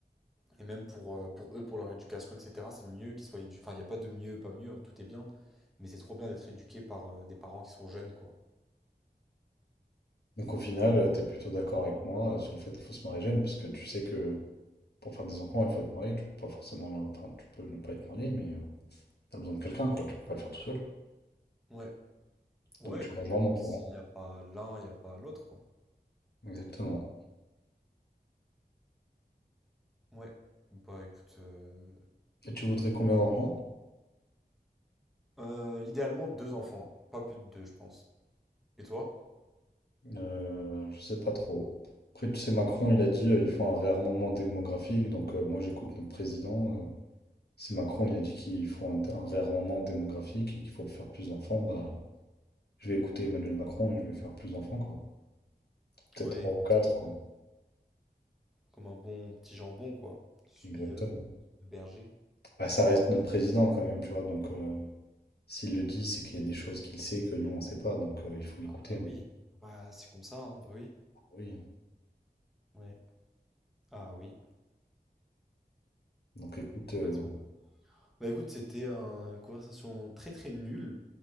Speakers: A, in the centre; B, on the left.
A: Et même pour, euh, pour eux, pour leur éducation, etc., c'est mieux qu'ils soient éduqués. Enfin, il n'y a pas de mieux, pas mieux, hein, tout est bien. Mais c'est trop bien d'être éduqué par euh, des parents qui sont jeunes, quoi.
B: Donc au final, euh, t'es plutôt d'accord avec moi euh, sur le fait qu'il faut se marier jeune, parce que tu sais que pour faire des enfants, il faut être marié. Tu peux pas forcément, le- enfin, tu peux ne pas être marié, mais euh, t'as besoin de quelqu'un, quoi. Tu peux pas le faire tout seul.
A: Ouais. Ouais,
B: Donc tu
A: écoute,
B: rejoins
A: mais bon,
B: mon point.
A: s'il n'y a pas l'un, il n'y a pas l'autre, quoi.
B: Exactement.
A: Ouais. Bah écoute, euh,
B: Et tu voudrais combien d'enfants?
A: euh, idéalement deux enfants, pas plus de deux, je pense. Et toi?
B: Euh, je sais pas trop. Après, tu sais, Macron, il a dit euh, ils font un réarmement démographique. Donc, euh, moi, j'écoute notre président. euh, si Macron, il a dit qu'ils font un, un réarmement démographique et qu'il faut faire plus d'enfants, bah, je vais écouter Emmanuel Macron et je vais faire plus d'enfants, quoi. Peut-être
A: Ouais,
B: trois
A: écoute,
B: ou quatre,
A: euh,
B: quoi.
A: comme un bon petit jambon, quoi. Je suis
B: Exactement.
A: euh, berger.
B: Bah, ça reste notre président, quand même, tu vois. Donc, euh, s'il le dit, c'est qu'il y a des choses qu'il sait que nous, on sait pas. Donc, euh, il faut l'écouter.
A: Ah bah
B: hein.
A: oui. Bah c'est comme ça, hein, bah oui.
B: Oui. hein.
A: Ouais. Ah oui,
B: Donc, écoute,
A: complètement.
B: euh,
A: Bah écoute, c'était un- une conversation très très nulle.